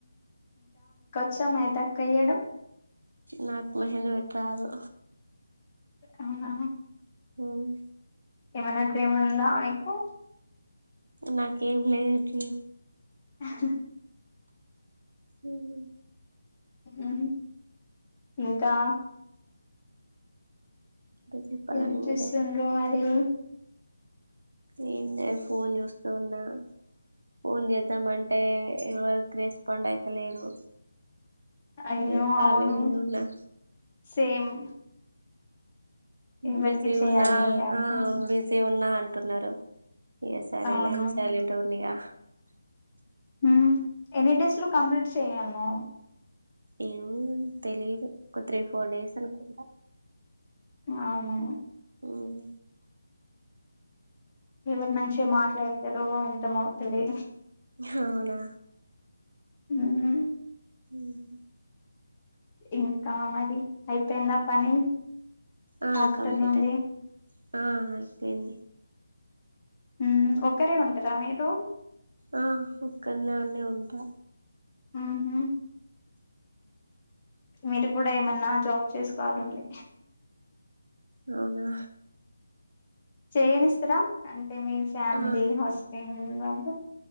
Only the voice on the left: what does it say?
పచ్చ మైదా కేయడం
అవునా
ఏమైనా డ్రీమ్ ఉందా మీకు
హహ
హూ ఇంకా
ఏం
చేస్తుండ్రు మరి
అయ్యో
అవును
సేమ్ ఎవరికి
చేయాలి
అర్థం
అవును
ఉమ్ ఎన్ని డేస్ లో కంప్లీట్ చేయాలనో
అవును
ఎవరు మంచిగా మాట్లాడతారో అర్థమవుతది
ఉమ్
ఇంకా మరి అయిపోయిందా పని
ఆఫ్టర్నూన్
ది
ఉమ్ ఒకరే ఉంటారా మీరు
ఉమ్ హు మీరు కూడా ఏమన్నా జాబ్ చేసుకోవాలండి
చేయనిస్తారా అంటే మీ ఫ్యామిలీ
హస్బెండ్ వాళ్లు